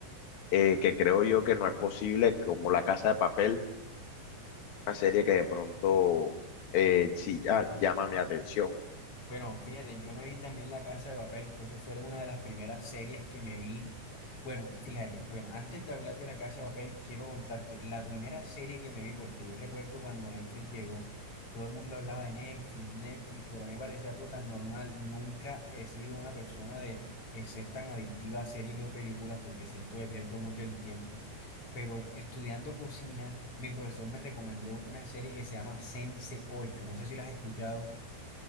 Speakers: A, on the left (about 80°); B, on the left (about 40°).
A: eh, que creo yo que no es posible, como La Casa de Papel, una serie que de pronto eh, sí ah, llama mi atención.
B: Bueno, fíjate, yo me vi también La Casa de Papel, creo que fue una de las primeras series que me vi. Bueno, fíjate, bueno, antes de hablar de La Casa de Papel, quiero contarte la primera serie que me vi, porque yo recuerdo cuando Netflix llegó, todo el mundo hablaba de Netflix, Netflix, pero a mí me parecía algo tan normal. Nunca he sido una persona de eh, ser tan adictiva a series o películas, porque siento que pierdo mucho el tiempo. Pero estudiando cocina, mi profesor me recomendó una serie que se llama Sense ocho no sé si la has escuchado.